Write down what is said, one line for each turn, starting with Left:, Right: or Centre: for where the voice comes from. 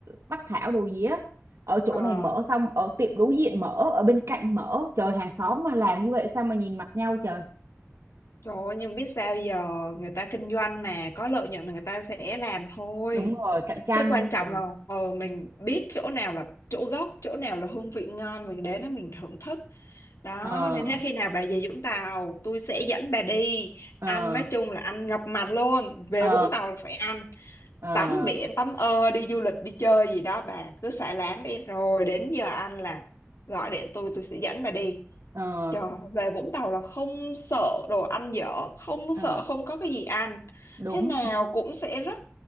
Right: bắc thảo đồ gì á ở chỗ
Left: Ờ,
Right: này mở xong ở tiệm đối diện mở ở bên cạnh mở trời hàng xóm mà làm như vậy sao mà nhìn mặt nhau trời
Left: trời ơi, nhưng biết sao giờ người ta kinh doanh mà có lợi nhuận là người ta sẽ làm thôi.
Right: đúng rồi cạnh tranh
Left: cái quan trọng
Right: ừ.
Left: là ờ, mình biết chỗ nào là chỗ gốc chỗ nào là hương vị ngon mình đến đó mình thưởng thức đó
Right: ờ
Left: nên thế khi nào bà về Vũng Tàu tôi sẽ dẫn bà đi
Right: ờ
Left: ăn nói chung là ăn ngập mặt luôn về
Right: ờ
Left: Vũng Tàu là phải ăn
Right: ờ
Left: tắm biển tắm ơ đi du lịch đi chơi gì đó bà cứ xả láng đi rồi đến giờ ăn là gọi điện tôi tôi sẽ dẫn bà đi
Right: ờ
Left: Trời, về Vũng Tàu là không sợ đồ ăn dở, không
Right: ờ
Left: sợ không có cái gì ăn.
Right: đúng
Left: Thế nào cũng sẽ rất